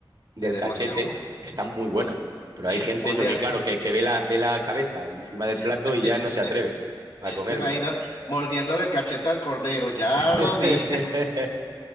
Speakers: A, on the right; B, on the left.
A: del
B: es demasiado
A: cachete,
B: bueno.
A: está muy buena. Pero
B: <laughs>
A: hay gente,
B: Mordiendo,
A: eso que claro, que, que ve la, ve la cabeza encima del plato
B: <laughs>
A: y ya no se atreve a comerlo.
B: te imagino, mordiéndole el cachete al cordero, ya
A: <laughs>
B: lo vi.